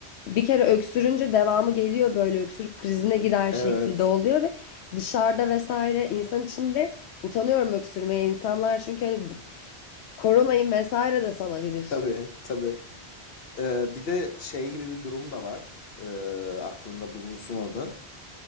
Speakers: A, on the left; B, on the left.
A: bir kere öksürünce devamı geliyor böyle öksürük krizine girer
B: Evet.
A: şekilde oluyor ve dışarıda vesaire insan içinde utanıyorum öksürmeye. İnsanlar çünkü hani bu- koronayım vesaire de salabilir.
B: Tabii tabii. E, bir de şey gibi bir durum da var. E, aklında bulunsun o da.